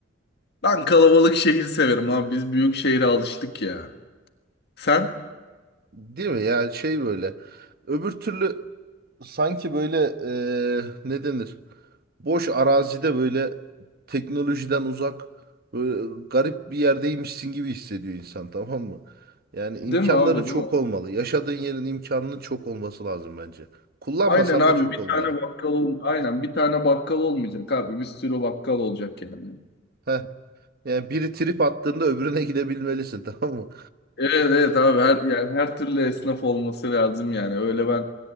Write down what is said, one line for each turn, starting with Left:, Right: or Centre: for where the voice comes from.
Left: ben kalabalık şehir severim abi. Biz büyük şehre alıştık ya. Sen?
Right: Değil mi? Yani şey böyle. Öbür türlü sanki böyle eee, ne denir? boş arazide böyle teknolojiden uzak böyle garip bir yerdeymişsin gibi hissediyor insan tamam mı? Yani imkanların
Left: Değil mi abi,
Right: çok
Left: değil mi?
Right: olmalı. Yaşadığın yerin imkanının çok olması lazım bence. Kullanmasan
Left: Aynen abi
Right: da çok
Left: bir
Right: olmalı.
Left: tane bakkal ol aynen bir tane bakkal olmayacak abi. Bir sürü bakkal olacak yani.
Right: Heh. Yani biri trip attığında öbürüne <laughs> gidebilmelisin tamam mı?
Left: Evet evet abi her yani her türlü esnaf olması lazım yani. Öyle ben